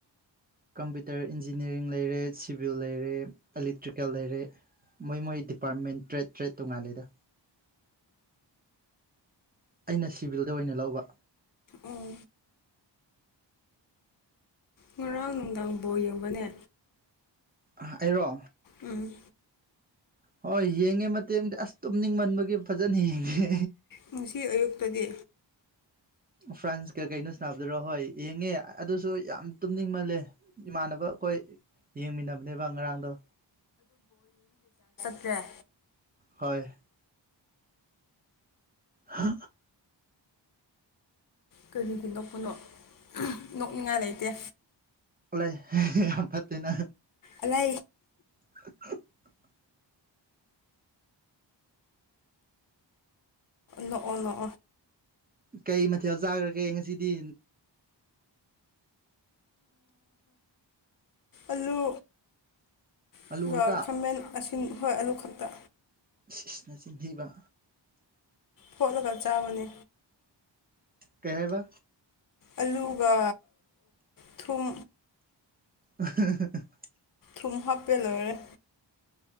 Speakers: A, on the right; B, on the left.
A: ꯀꯝꯄ꯭ꯌꯨꯇꯔ ꯏꯟꯖꯤꯅꯤꯌꯥꯔꯤꯡ ꯂꯩꯔꯦ ꯁꯤꯚꯤꯜ ꯂꯩꯔꯦ ꯏꯂꯦꯛꯇ꯭ꯔꯤꯀꯦꯜ ꯂꯩꯔꯦ ꯃꯣꯏ ꯃꯣꯏ ꯗꯤꯄꯥꯔꯠꯃꯦꯟ ꯇ꯭ꯔꯦꯠ ꯇ꯭ꯔꯦꯠ ꯇꯣꯉꯥꯂꯦꯗ ꯑꯩꯅ ꯁꯤꯚꯤꯜꯗ ꯑꯣꯏꯅ ꯂꯧꯕ
B: ꯎꯝ ꯉꯔꯥꯡ ꯅꯨꯡꯗꯥꯡ ꯐꯥꯎ ꯌꯦꯡꯕꯅꯦ
A: ꯑꯩꯔꯣ
B: ꯎꯝ
A: ꯍꯣꯏ ꯌꯦꯡꯉꯦ ꯃꯇꯦꯡꯗꯤ ꯑꯁ ꯇꯨꯝ ꯅꯤꯡꯃꯟꯕꯒꯤ ꯐꯖꯅ ꯌꯦꯡꯉꯦ
B: ꯉꯁꯤ ꯑꯌꯨꯛꯇꯗꯤ
A: ꯐ꯭ꯔꯥꯟꯁꯀ ꯀꯩꯅꯣ ꯁꯅꯥꯅꯕꯗꯨꯔꯣ ꯍꯣꯏ ꯌꯦꯡꯉꯦ ꯑꯗꯨꯁꯨ ꯌꯥꯝ ꯇꯨꯝꯅꯤꯡꯃꯜꯂꯦ ꯏꯃꯥꯟꯅꯕ ꯑꯩꯈꯣꯏ ꯌꯦꯡꯃꯤꯟꯅꯕꯅꯦꯕ ꯉꯔꯥꯡꯗꯣ
B: ꯇ꯭ꯔ
A: ꯍꯣꯏ ꯍꯥ
B: ꯀꯔꯤꯗꯤ ꯅꯣꯛꯄꯅꯣ ꯅꯣꯛꯅꯤꯡꯉꯥꯏ ꯂꯩꯇꯦ
A: ꯂꯩ ꯌꯥꯝ ꯄꯠꯇꯅ
B: ꯑꯂ
A: <inaudible>
B: ꯅꯣ ꯅꯣ
A: ꯀꯩ ꯃꯊꯦꯜ ꯆꯥꯈ꯭ꯔꯒꯦ ꯉꯁꯤꯗꯤ
B: ꯑꯜꯂꯨ ꯑꯗꯨꯒ
A: ꯑꯂꯨ ꯈꯛꯇ
B: ꯈꯥꯃꯦꯟ ꯑꯁꯤꯟ ꯍꯣꯏ ꯑꯂꯨ ꯈꯛꯇ
A: ꯁꯤꯅ ꯆꯤꯟꯊꯕ
B: ꯐꯣꯂꯒ ꯆꯥꯕꯅꯦ
A: ꯀꯩ ꯍꯥꯏꯥꯏꯕ
B: ꯑꯂꯨꯒ ꯊꯨꯝ
A: ꯑ
B: ꯊꯨꯝ ꯍꯥꯞꯄ ꯂꯣꯏꯔꯦ